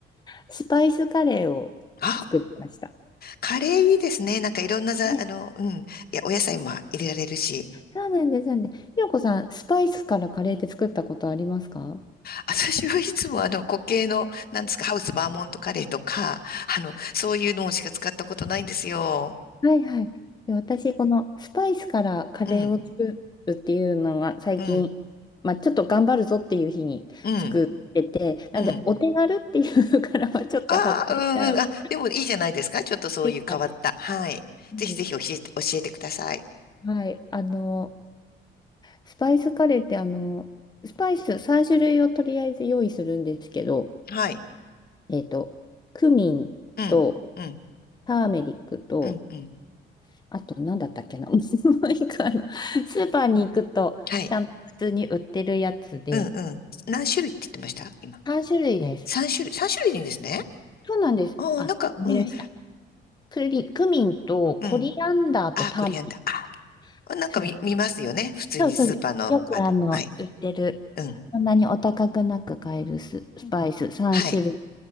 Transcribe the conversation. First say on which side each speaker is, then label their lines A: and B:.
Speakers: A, on the left; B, on the left.
A: スパイスカレーを作りました。
B: あ、カレーいいですね。なんかいろんなざ、
A: ね
B: あの、うん。いや、お野菜も入れられるし。
A: そうなんです、そうなんです。ひろこさん、スパイスからカレーって作ったことありますか
B: 私はいつもあの固形の、なんですか、ハウスバーモントカレーとか、あの、そういうのしか使ったことないんですよ。
A: はいはい。で、私、このスパイスからカレーを作るっていうのが最近、
B: うん、うん、
A: まあ、ちょっと頑張るぞっていう日に作ってて、
B: うん、
A: なんで、
B: うん。
A: お手軽っていうからはちょっと外れちゃう
B: ああ、うん、うん。あ、でもいいじゃないですか。ちょっとそういう変わった。
A: ですかね。
B: はい。
A: うん
B: ぜひぜひ教えて、教えてください。
A: はい。あの、スパイスカレーって、あの、スパイス3種類をとりあえず用意するんですけど、
B: はい。
A: えっと、クミンと、
B: うん、うん、
A: ターメリックと、
B: うん、うん。
A: あと、なんだったっけな。<laughs> もう一個、あの、スーパーに行くと、
B: はい。
A: ちゃんと普通に売ってるやつで、
B: うん、うん。何種類って言ってました今。
A: 3種類です。
B: 3種類。3種類でいいんですね。
A: そうなんです。
B: ああ、
A: あ、
B: なんか、
A: 思い出した。
B: うん、
A: クリ、クミンとコリアンダーとターメリック。
B: うん。ああ、コリアンダー。ああ、なんか見、
A: そうです。
B: 見ますよね。普通にスーパーの、
A: そうそうです。よくあの、
B: あの、はい。
A: 売ってる、
B: うん。
A: そんなにお高くなく買えるス、スパイス3種類
B: はい。